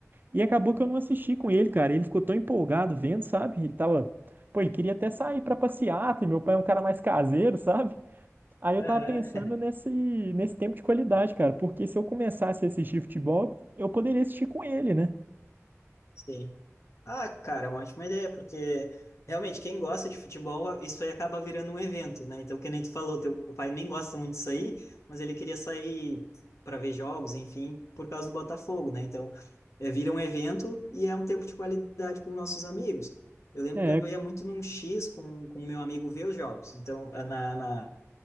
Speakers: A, on the right (about 40°); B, on the left (about 65°).
A: E acabou que eu não assisti com ele, cara. Ele ficou tão empolgado vendo, sabe? Ele tava. Pô, ele queria até sair pra passeata, e meu pai é um cara mais caseiro, <laughs> sabe? Aí eu
B: Aham.
A: tava pensando nesse, nesse tempo de qualidade, cara, porque se eu começasse a assistir futebol, eu poderia assistir com ele, né?
B: Sim. Ah, cara, é uma ótima ideia, porque realmente quem gosta de futebol, isso aí acaba virando um evento, né? Então, que nem tu falou, teu pai nem gosta muito de sair, mas ele queria sair para ver jogos, enfim, por causa do Botafogo, né? Então, é, vira um evento e é um tempo de qualidade para os nossos amigos. Eu lembro
A: É,
B: que eu ia muito num X com com o meu amigo ver os jogos. Então, na, na,